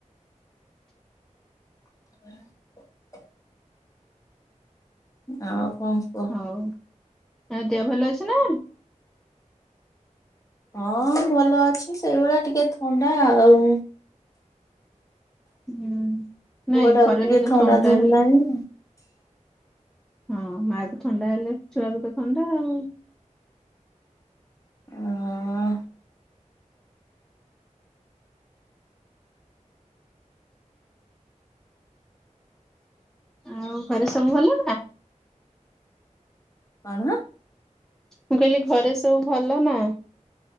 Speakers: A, on the left; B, in the centre.
A: <inaudible> ଆଉ କଣ କୁହ?
B: ହଉ ଆଉ ଦେହ ଭଲ ଅଛି ନା?
A: ହଁ, ଭଲ ଅଛି ସେଇଭଳିଆ ଟିକେ ଥଣ୍ଡା ଆଉ।
B: ହୁଁ
A: ପୁଅଟା
B: ନାଇଁ ଖରା
A: ଟିକେ
B: ଦିନେ
A: ଥଣ୍ଡା ଧରିଲାଣି।
B: ହେଲେ ହଁ, ମାଆ ତ ଥଣ୍ଡା ହେଲେ ଛୁଆକୁ ତ ଥଣ୍ଡା ଆଉ।
A: ହଁ।
B: ଆଉ ଘରେ ସବୁ ଭଲ ନା?
A: କଣ?
B: ମୁଁ କହିଲି ଘରେ ସବୁ ଭଲ ନା?